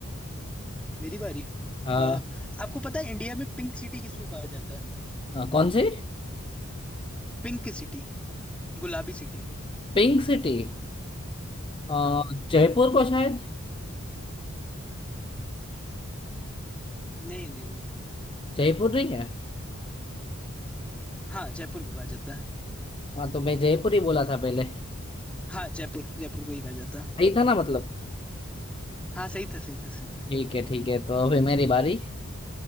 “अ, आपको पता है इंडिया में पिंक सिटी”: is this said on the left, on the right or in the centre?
Centre